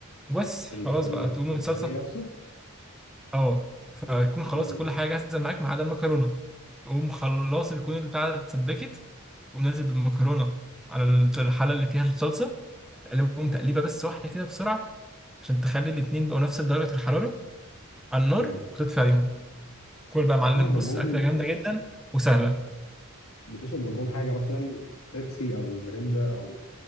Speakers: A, in the centre; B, on the left.
A: بس خلاص
B: الف...
A: بقى تقوم
B: البانيه
A: الصلصه
B: نفسه
A: اه فتكون خلاص
B: مم.
A: كل حاجه جاهزه معاك ما عدا المكرونه تقوم خلاص تكون البتاعه اتسبكت قوم نازل بالمكرونه على الت- الحله اللي فيها الصلصه تقلبهم تقليبه بس واحده كده بسرعه عشان تخلي الاتنين بقوا نفس درجه الحراره على النار
B: مم.
A: وتطفي عليهم كل بقى يا معلم
B: بتشرب
A: بص
B: جنبهم
A: اكله جامده جدا وسهله
B: بتشرب جنبهم حاجه مثلا بيبسي او ميريندا او